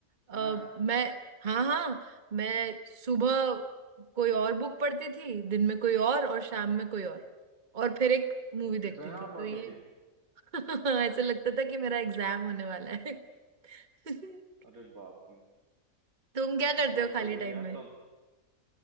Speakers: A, on the right; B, on the right.
A: अ,
B: हाँ
A: मैं हाँ हाँ मैं सुबह कोई और बुक पढ़ती थी दिन में कोई और और शाम में कोई और और फिर एक मूवी देखती
B: इतना
A: थी तो
B: पढ़ती
A: ये
B: थी
A: <laughs> ऐसा लगता था कि मेरा एग्जाम होने वाला है <laughs>
B: अरे बाप रे
A: तुम क्या करते
B: बहुत
A: हो खाली
B: पढ़ती
A: टाइम
B: थी यार
A: में
B: तो अब